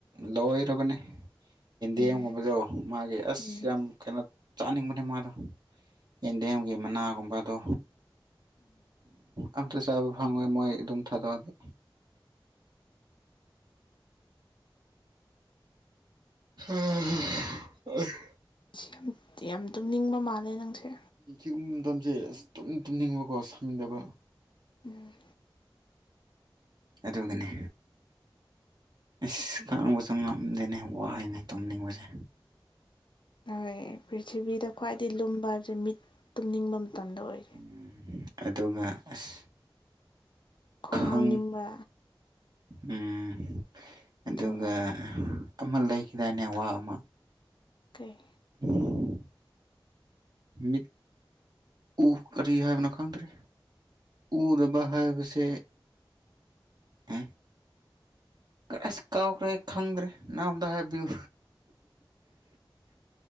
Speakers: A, on the right; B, on the left.
A: ꯂꯣꯏꯔꯕꯅꯦ ꯌꯦꯟꯗꯦꯝꯒꯨꯝꯕꯗꯣ
B: ꯎꯝ
A: ꯃꯥꯒꯤ ꯑꯁ
B: ꯎꯝ
A: ꯌꯥꯝ ꯀꯩꯅꯣ ꯆꯥꯅꯤꯡꯕꯅꯦ ꯃꯥꯗꯣ ꯌꯦꯟꯗꯦꯝꯒꯤ ꯃꯅꯥꯒꯨꯝꯕꯗꯣ
B: ꯎꯝ
A: ꯑꯝꯇ ꯆꯥꯕ ꯐꯪꯉꯣꯏ ꯃꯣꯏ ꯑꯗꯨꯝ ꯊꯥꯗꯣꯛꯑꯗꯤ <unintelligible>
B: ꯌꯥꯝ ꯌꯥꯝ ꯇꯨꯝꯅꯤꯡꯕ ꯃꯥꯜꯂꯦ ꯅꯪꯁꯦ
A: ꯁꯤꯒꯨꯝꯕ ꯃꯇꯝꯁꯦ ꯑꯁ ꯇꯨꯝ ꯇꯨꯝꯅꯤꯡꯕꯀꯣ ꯁꯪꯗꯕ
B: ꯎꯝ
A: ꯑꯗꯨꯒꯅꯦ ꯑꯦꯁ ꯈꯥꯡꯕꯁꯨ ꯉꯝꯗꯦꯅꯦ ꯋꯥꯏꯅꯦ ꯇꯨꯝꯅꯤꯡꯕꯁꯦ
B: ꯍꯣꯏ ꯄ꯭ꯔꯤꯊꯤꯕꯤꯗ ꯈ꯭ꯋꯥꯏꯗꯒꯤ ꯂꯨꯝꯕ ꯍꯥꯏꯕꯁꯦ ꯃꯤꯠ ꯇꯨꯝꯅꯤꯡꯕ ꯃꯇꯝꯗ ꯑꯣꯏ
A: ꯎꯝ ꯑꯗꯨꯒ ꯑꯁ
B: ꯈꯣꯡ
A: ꯈꯪ
B: ꯍꯥꯝꯅꯤꯡꯕ
A: ꯎꯝ ꯑꯗꯨꯒ
B: ꯑꯗꯨ ꯑꯣꯏꯔꯦ
A: ꯑꯃ ꯂꯩꯈꯤꯗꯥꯏꯅꯦ ꯋꯥ ꯑꯃ
B: ꯀꯩ
A: <unintelligible> ꯃꯤꯠ ꯎ ꯀꯔꯤ ꯍꯥꯏꯕꯅꯣ ꯈꯪꯗ꯭ꯔꯦ ꯎꯗꯕ ꯍꯥꯏꯕꯁꯦ ꯑ ꯑꯁ ꯀꯥꯎꯈ꯭ꯔꯦ ꯈꯪꯗ꯭ꯔꯦ ꯅꯪ ꯑꯝꯇ ꯍꯥꯏꯕꯤꯌꯨ